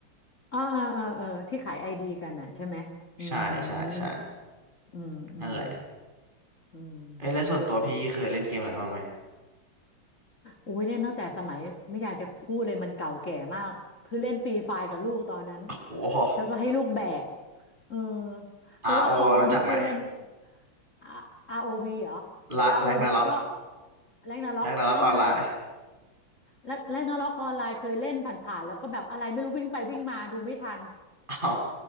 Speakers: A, on the left; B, on the right.
A: อ๋อเออเออเออที่ขายไอดีกันอ่ะใช่ไหมอืม
B: ใช่ใช่ใช่
A: อืมอืม
B: นั่นแหละ
A: อืม
B: เอ้ยแล้วส่วนตัวพี่เคยเล่นเกมอะไรบ้างไหม
A: นั่นแหละอุ้ยเล่นตั้งแต่สมัยไม่อยากจะพูดเลยมันเก่าแก่มากคือเล่นฟรีไฟกับลูกตอนนั้น
B: โอ้โห
A: แล้วก็ให้ลูกแบกเออเพราะว่า
B: RO รโอรู้จักไหม
A: Call of Duty เล่น R- ROV เหรอ
B: ละแร็กนาร็อก
A: ROV ก็แรงนาร็อกแร็นาร็อก
B: แร็กนาร็อกออนไลน์
A: แรกแรกนล็อกออนไลน์เคยเล่นผ่านๆแล้วก็แบบอะไรไม่รู้วิ่งไปวิ่งมาดูไม่ทัน
B: อ้าว